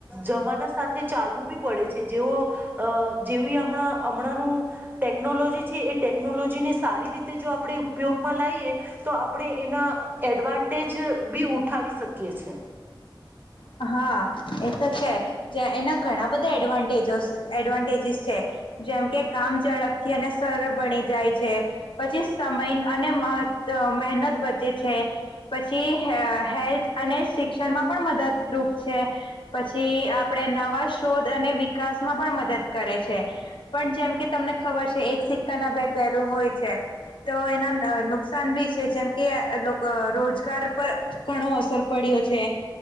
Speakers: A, on the right; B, on the left.
A: જમાના સાથે ચાલવું બી પડે છે જેવો જેવી હમણાં હમણાંનું ટેકનોલોજી છે એ ટેકનોલોજીને સારી રીતે જો આપણે ઉપયોગમાં લાઈએ એ તો આપણે એના એડવાન્ટેજ બી ઉઠાવી શકીએ છે.
B: હા એ તો છે જે એના ઘણા બધા એડવાન્ટજો એડવાન્ટેજીસ છે જેમ કે કામ ઝડપથી અને સરળ બની જાય છે. પછી સમય અને મહ મહેનત બચે છે. પછી <unintelligible> હેલ્થ અને શિક્ષણમાં પણ મદદ રૂપ છે પછી આપણે નવા શોધ અને વિકાસમાં પણ મદદ કરે છે. પણ જેમ કે તમને ખબર છે એક સિક્કા ના બે પહેરું હોય છે તો એના નુકસાન ભી છે જેમ કે રોજગાર પર ઘણો અસર પડ્યો છેછ